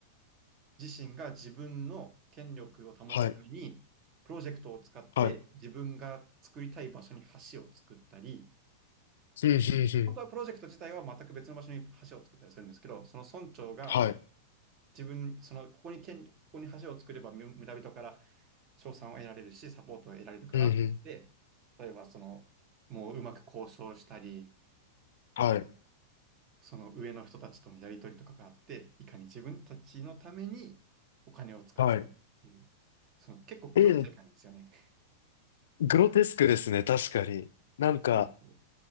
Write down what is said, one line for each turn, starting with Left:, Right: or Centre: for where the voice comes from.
Right: 自身が自分の権力を保つために、
Left: はい、
Right: プロジェクトを使って自分が作りたい場所に橋を作ったり、
Left: はい。うんうんうん。
Right: 本当はプロジェクト自体は全く別の場所に橋を作ったりするんですけど、その村長が
Left: はい、
Right: 自分、そのここに権、ここに橋を作ればむ村人から賞賛を得られるし、サポートを得られるからって、
Left: うんうん。
Right: 例えばその、もううまく交渉したり、
Left: はい、
Right: うんその上の人たちとのやり取りとかがあって、いかに自分たちのためにお金を使わせるっていう、
Left: はい。
Right: その結構黒い世界なんですよね。
Left: えー、グロテスクですね、確かに。なんか、
Right: そうなんですよ。